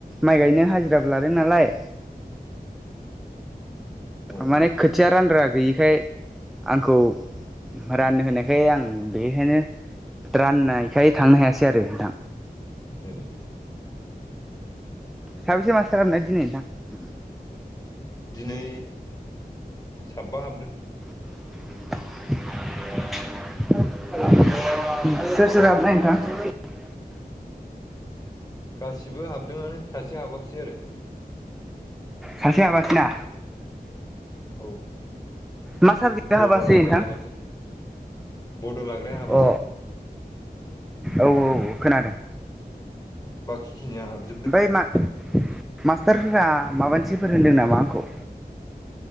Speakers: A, in the centre; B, on the left.
A: माइ गायनो हाजिराबो लादों नालाय
B: अ
A: माने
B: अ
A: खोथिया रानग्रा गैयिखाय आंखौ राननो होनायखाय आं बेखायनो राननायखाय थांनो हायासै आरो नोंथां
B: ए
A: साबेसे मासथार हाबनाय दिनै नोंथां?
B: दिनै साबा हाबदों
A: <inaudible> <unintelligible>
B: गासिबो हाबदोंआनो सासे हाबाखिसै आरो
A: सासे हाबासैना
B: औ
A: मा साबजेक्ट
B: बड'
A: आहाबासै
B: लाग्राया
A: नोंथां?
B: हाबासै बड' लाग्राया हाबासै
A: अ औ औ खोनादों।
B: बाखि खिनिया हाबजोबदों
A: ओमफ्राय मा मास्टारफोरा माबानोसो फोरोंदों नामा आंखौ?